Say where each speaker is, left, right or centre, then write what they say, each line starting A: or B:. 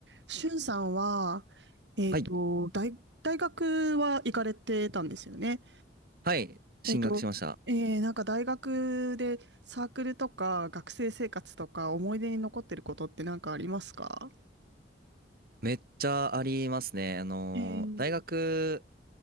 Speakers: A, on the right; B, on the right.
A: しゅんさんは、えっと、
B: はい。
A: 大、大学は行かれてたんですよね。
B: はい。進学しました。
A: えっと、えー、なんか大学でサークルとか学生生活とか思い出に残ってることって何かありますか
B: めっちゃありますね。あのー、
A: えー、
B: 大学、